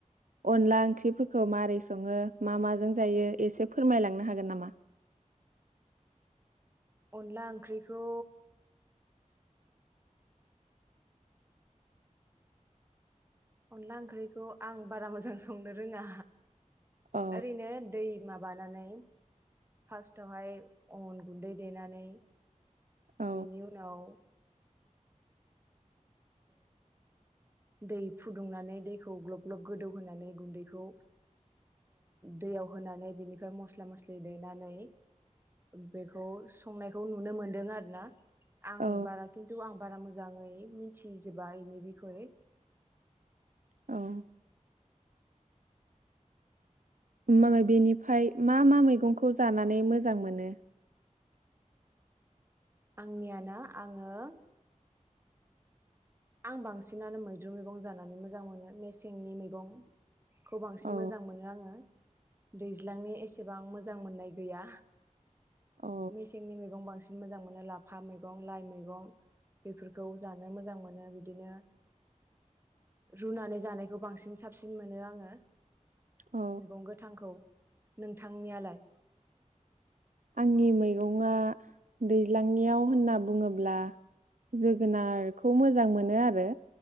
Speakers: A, on the right; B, on the right.
A: अनला ओंख्रिफोरखौ मारै सङो मा माजों जायो एसे फोरमायलांनो हागोन नामा।
B: अनला ओंख्रिखौ। अनला ओंख्रिखौ आं बारा मोजां संनो रोङा।
A: औ
B: ओरैनो दै माबानानै। फार्स्टआवहाय अन गुन्दै देनानै
A: औ
B: बेनि उनाव दै फुदुंनानै दैखौ ग्लब ग्लब गोदौहोनानै गुन्दैखौ दैयाव होनानै बिनिफ्राय मस्ला मस्लि देनानै बेखौ संनायखौ नुनो मोनदों आरो ना आं
A: औ
B: बारा खिन्थु आं बारा मोजां मोजाङै मिथिजोबा इनि बिखय
A: औ म बेनिफ्राय मा मा मैगंखौ जानानै मोजां मोनो?
B: आंनियाना आं द' आं बांसिनानो मैद्रु मैगं जानानै मोजां मोनो मेसेंनि मैगं खौ बांसिन
A: औ
B: मोजां मोनो आङो। दैज्लांनि एसेबां मोजां मोननाय गैया।
A: औ
B: मेसेंनि मैगं बांसिन मोजां मोनो लाफा मैगं लाइ मैगं बेफोरखौ जानो मोजां मोनो बिदिनो रुनानै जानायखौ बांसिन साबसिन मोनो आङो
A: औ
B: मैगं गोथांखौ। नोंथांनियालाय?
A: आंनि मैगंआ दैज्लांनियाव होनना बुङोब्ला जोगोनारखौ मोजां मोनो आरो।